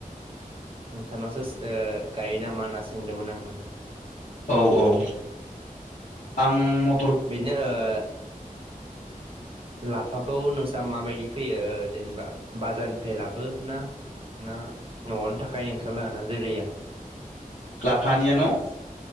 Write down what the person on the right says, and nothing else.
नोंथांनावसो ओ गायो नामा होनना सोंदोंमोन आं माने
बिदिनो ओ लाफाखौ नोंसा माबायदि फैयो जेनेबा बाजारनि फायलाबो ना ना नआवनो थाखायो नोंथां लानिया जोलैया